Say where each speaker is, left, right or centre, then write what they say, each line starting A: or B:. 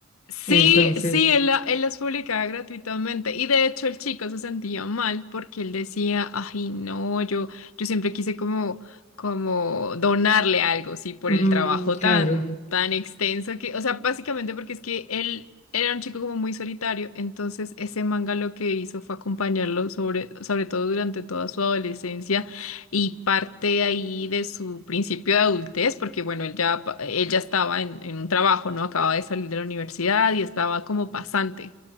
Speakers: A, on the left (about 80°); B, on the left (about 35°).
A: Sí,
B: Entonces,
A: sí, él, la- él las publicaba gratuitamente y de hecho el chico se sentía mal porque él decía, ay no, yo, yo siempre quise como, como donarle algo, sí, por
B: mm,
A: el trabajo tan,
B: claro,
A: tan extenso que, o sea, básicamente porque es que él era un chico como muy solitario, entonces ese manga lo que hizo fue acompañarlo sobre, sobre todo durante toda su adolescencia y parte ahí de su principio de adultez, porque bueno, él ya, pa- él ya estaba en, en un trabajo, ¿no? Acababa de salir de la universidad y estaba como pasante.